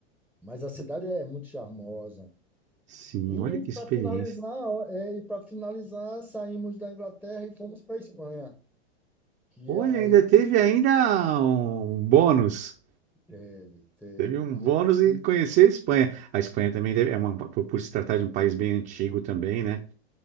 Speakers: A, in the centre; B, on the right.
A: Mas a cidade é muito charmosa.
B: Sim,
A: E
B: olha que experiência.
A: para finalizar, ó, é, e para finalizar, saímos da Inglaterra e fomos para a Espanha, que
B: Olha,
A: aí
B: ainda teve ainda um bônus.
A: Teve, teve.
B: Teve um bônus e
A: E, e,
B: conhecer a Espanha. A Espanha também deve- é uma, por por se tratar de um país bem antigo também, né?